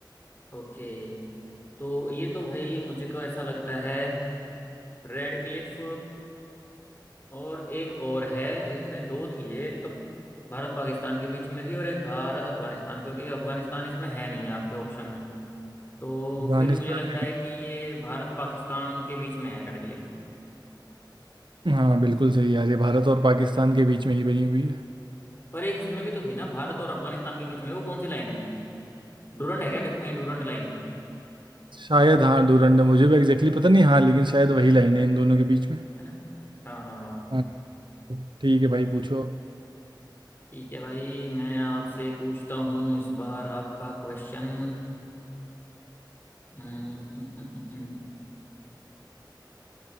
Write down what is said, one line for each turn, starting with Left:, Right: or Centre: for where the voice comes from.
Left: ओके तो ये तो भाई मुझे को ऐसा लगता है रेड क्लिफ और एक और है इनमें दो थी एक तो भारत पाकिस्तान के बीच में थी और एक भारत अफगानिस्तान क्योंकि अफगानिस्तान इसमें है नहीं आपके ऑप्शन में तो
Right: अफगानिस्तान
Left: फिर मुझे लगता
Right: नहीं
Left: है कि ये भारत पाकिस्तान के बीच में है रेड क्लिफ
Right: हाँ बिल्कुल सही यार ये भारत और पाकिस्तान के बीच में ही बनी हुई है
Left: पर एक इसमें भी तो थी ना भारत और अफगानिस्तान के बीच में वो कौन सी लाइन है डूरंड है क्या ड- कहीं डूरंड लाइन
Right: शायद हाँ डोरंडम मुझे भी एग्जैक्टली exactly पता नहीं हाँ लेकिन शायद वही लाइन है इन दोनों के बीच में
Left: है ना हाँ हाँ हाँ।
Right: हाँ ठीक है भाई पूछो
Left: ठीक है भाई मैं आपसे पूछता हूँ इस बार आपका क्वेश्चन <clears throat>